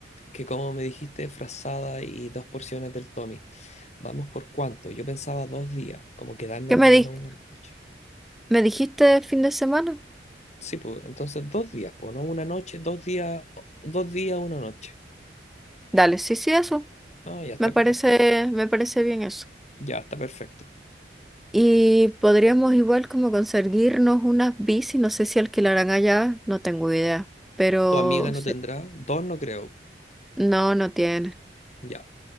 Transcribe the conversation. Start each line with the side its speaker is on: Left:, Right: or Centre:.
Left: que como me dijiste, frazada y dos porciones del Tommy. Vamos por cuánto. Yo pensaba dos días, como quedarnos
Centre: ¿Qué
Left: al
Centre: me
Left: menos
Centre: di-
Left: una noche.
Centre: me dijiste fin de semana?
Left: Sí, pues, entonces dos días, pues, no una noche, dos días, o- dos días, una noche.
Centre: Dale, sí, sí, eso.
Left: No, ya está
Centre: Me parece,
Left: correcto.
Centre: me parece bien eso.
Left: Ya está perfecto.
Centre: Y podríamos igual como conseguirnos unas bici, no sé si alquilarán allá, no tengo idea, pero
Left: ¿Tu amiga no
Centre: se-
Left: tendrá? Dos no creo.
Centre: no, no tiene.
Left: Ya.